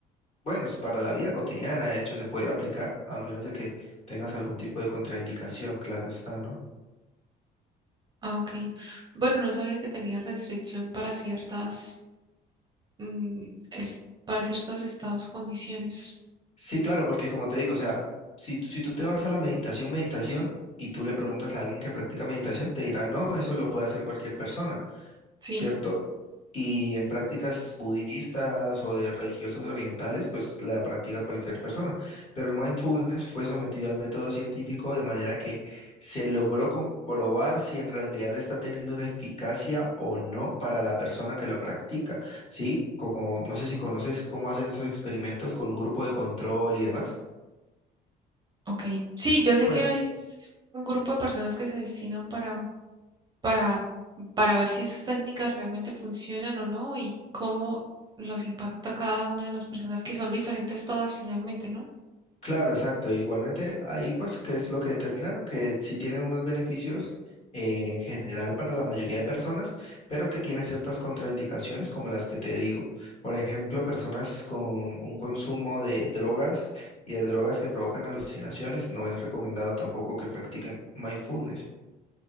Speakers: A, on the left; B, on the right.
A: bueno, es para la vida cotidiana, de hecho, se puede aplicar a menos de que tengas algún tipo de contraindicación, claro está, ¿no?
B: ah, ok. Bueno, no sabía que tenía restricción para ciertas, mm, es- para ciertos estados, condiciones.
A: Sí, claro, porque como te digo, o sea, si, tú- si tú te vas a la meditación, meditación, y tú le
B: Ujú,
A: preguntas a alguien que practica meditación, te dirá, no, eso lo puede hacer cualquier persona,
B: Sí,
A: ¿cierto? Y en prácticas budistas o de religiosas orientales, pues la practica cualquier persona. Pero el mindfulness fue sometido al método científico de manera que se logró comprobar si en realidad está teniendo una eficacia o no para la persona que lo practica, ¿sí? Como, no sé si conoces cómo hacen esos experimentos con un grupo de control y demás.
B: ok. Sí, yo sé
A: Pues
B: que hay s- un grupo de personas que se destinan para, para, para ver si esas técnicas realmente funcionan o no y cómo los impacta cada una de las personas, que son diferentes todas finalmente, ¿no?
A: claro, exacto. E Igualmente ahí pues qué es lo que determinaron, que sí tiene unos beneficios eh, en general para la mayoría de personas, pero que tiene ciertas contraindicaciones como las que te digo. Por ejemplo, personas con un consumo de drogas y de drogas que provocan alucinaciones, no es recomendado tampoco que practiquen mindfulness.